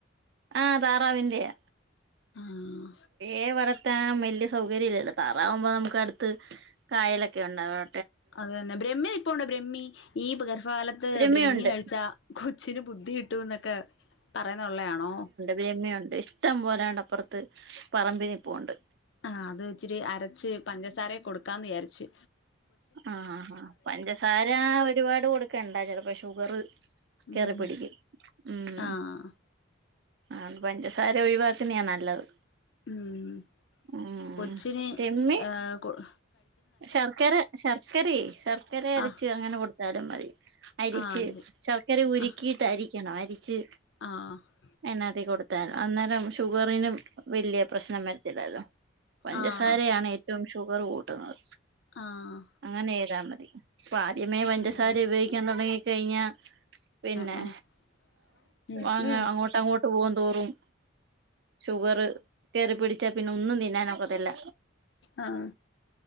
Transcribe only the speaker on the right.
ആ താറാവിന്റെയാ
എ വളർത്താൻ വലിയ സൗകര്യമില്ലല്ലോ താറാവുമ്പോ നമുക്ക് അടുത്ത് കായലൊക്കെ ഉണ്ടാവും
രമ്യയുണ്ട്
ബ്രഹ്മിയുണ്ട് ഇഷ്ടം പോലെ ദാണ്ട അപ്പുറത്ത് പറമ്പി നിപ്പുണ്ട്
ആഹ് ആ ആ പഞ്ചസാര ഒരുപാട് കൊടുക്കണ്ടാ ചിലപ്പോ ഷുഗർ കേറി
പിടിക്കും ഉം
ആഹ് പഞ്ചസാര ഒഴിവാക്കുന്നയാ നല്ലത്
ഉം
രമ്യ
ശർക്കര ശർക്കരേ ശർക്കര അരച്ച്
അങ്ങനെ കൊടുത്താലും മതി അരിച്ച്
ശർക്കര ഉരുക്കിയിട്ട്
അരിക്കണം അരിച്ച്
അനാത്തി കൊടുത്താലും അന്നേരം ഷുഗറിന് വലിയ പ്രശ്നം വരത്തില്ലല്ലോ പഞ്ചസാരയാണ്
ഏറ്റവും ഷുഗർ കൂട്ടുന്നത്
അങ്ങനെ ചെയ്താ മതി ഇപ്പൊ ആദ്യമേ പഞ്ചസാര
ഉപയോഗിക്കാൻ തുടങ്ങി കഴിഞ്ഞാൽ പിന്നെ
അങ്ങ
അങ്ങോട്ട് അങ്ങോട്ട് പൂവും തോറും ഷുഗർ കയറി പിടിച്ചാ പിന്നെ ഒന്നും തിന്നാനൊക്കതില്ല